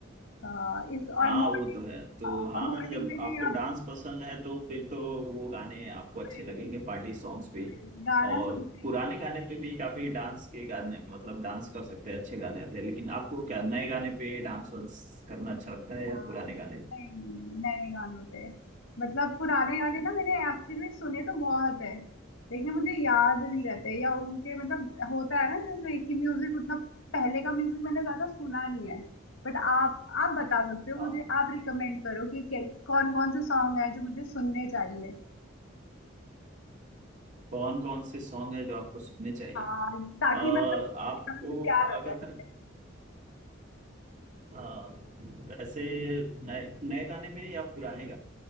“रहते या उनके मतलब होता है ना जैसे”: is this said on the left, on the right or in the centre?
Left